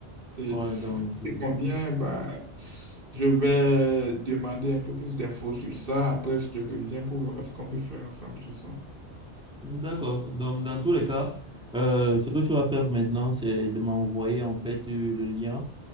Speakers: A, on the right; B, in the centre.
A: Et
B: Ouais,
A: si
B: donc,
A: ça
B: euh,
A: te convient, bah, je vais demander un peu plus d'infos sur ça. Après, je te reviens pour voir ce qu'on peut faire ensemble sur ça.
B: d'accord. Donc, dans tous les cas, euh, ce que tu vas faire maintenant, c'est de m'envoyer en fait euh, le lien